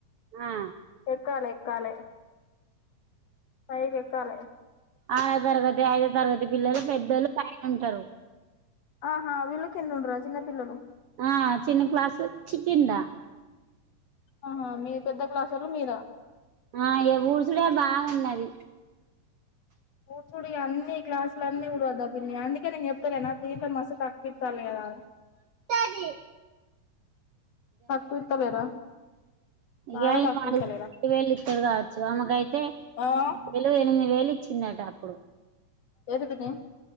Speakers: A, on the right; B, on the left.
A: ఆ
B: ఎక్కాలే. క్కాలే. పైకి ఎక్కాలే.
A: ఆరో తరగతి, ఐదో తరగతి పిల్లలు పెద్దోళ్ళు పైన ఉంటరు.
B: ఆహా వీళ్ళు కింద ఉంటారా, చిన్న పిల్లలు.
A: ఆ చిన్న క్లాస్ చి కిిందా
B: ఆహా మీ పెద్ద క్లాసోల్లు మీద
A: ఆ ఇగ ఊడ్చుడే బాగున్నది
B: ఊడ్చుడు ఇ అన్ని గ్లాసులు అన్నీ ఉడవద్దా పిన్ని, అందుకే నేను చెప్తలేనా, జీతం మస్త్ తక్కువ ఇత్తాలు కదా,
A: <unintelligible>
B: తక్కువ ఇత్తలేరా
A: ఈగా
B: బాగా
A: ఈమె
B: తక్కువ
A: అడుగ్
B: ఇత్తలేరా
A: రెండు వేలు ఇత్తరు కావచ్చు. టే
B: ఆ
A: ఏలు ఎనిమిది వేలు ఇ ఇచ్చిడట అప్పుడు
B: ఏంది పిన్ని.